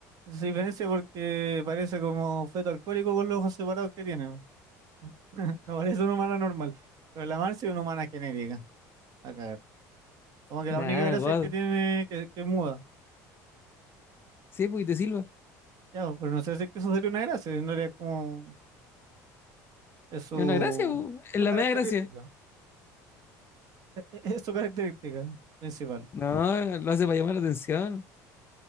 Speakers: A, on the right; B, on the left.
A: se diferencia porque parece como feto alcohólico con los ojos separados que tiene. weón. <laughs> No parece una humana normal. Pero la Marcia es una humana genérica. A cagar. Como que
B: Nada,
A: la única gracia
B: guado.
A: es que tiene, que, que es muda.
B: Sí, pues y te silba.
A: Ya, pues, pero no sé si es que eso sería una gracia. En realidad es como, es su,
B: Es una gracia, po. Es
A: su
B: la
A: característica.
B: media gracia.
A: Es, es- es su característica principal.
B: No, lo hace para llamar la atención.